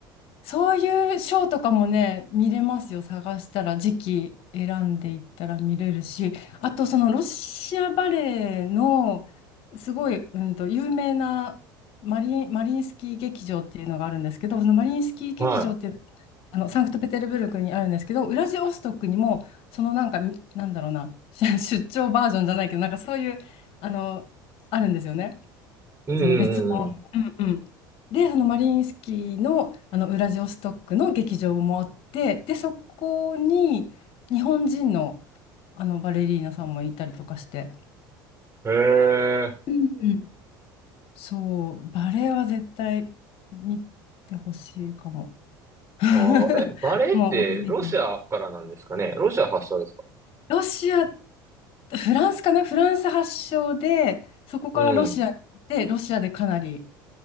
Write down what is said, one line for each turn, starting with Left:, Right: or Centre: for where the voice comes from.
Left: そういうショーとかもね、見れますよ。探したら、時期選んでいったら見れるし、あとそのロシアバレエのすごい、うんと、有名なマリン、マリインスキー劇場っていうのがあるんですけど、そのマリインスキー劇場っていう
Right: は
Left: あのサンクトペテルブルクにあるんですけど、ウラジオストクにも、そのなんか、みなんだろうな、<laughs> 出張バージョンじゃないけど、なんかそういう、あの、あるんですよね。
Right: い。うんうんうん
Left: その別の。うんうん。で、そのマリインスキーの、あのウラジオストックの劇場もあって、で、そこに日本人の、あのバレリーナさんもいたりとかして、
Right: うん。へえ。
Left: うんうん。そう、バレエは絶対見てほしいかも。<laughs>
Right: ああえ、バレエってロシアからなんですかねロシア発祥ですか
Left: もうオリジロシア、フランスかなフランス発祥で、そこからロシアに行って、
Right: うん。
Left: ロシアでかなり